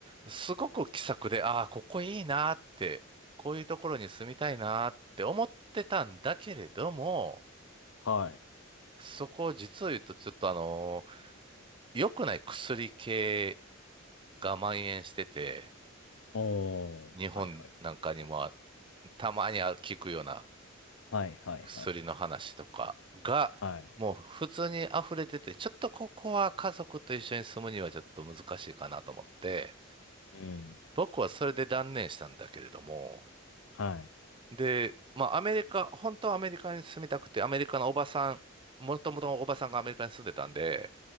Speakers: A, on the right; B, on the left.
A: すごく気さくで、ああ、ここいいなって、こういうところに住みたいなって思ってたんだけれども、
B: はい。
A: そこを実を言うとちょっとあの、良くない薬系が蔓延してて、
B: おー。
A: 日本なんかにも
B: はい。はい。はい。
A: たまに聞くような
B: はい。はい。
A: 薬の話とかが、
B: はい。はい
A: もう普通に溢れてて、ちょっとここは家族と一緒に住むにはちょっと難しいかなと思って、
B: うん。
A: 僕はそれで断念したんだけれども、
B: はい。
A: で、まあアメリカ、本当はアメリカに住みたくて、アメリカのおばさん、もともとおばさんがアメリカに住んでたんで、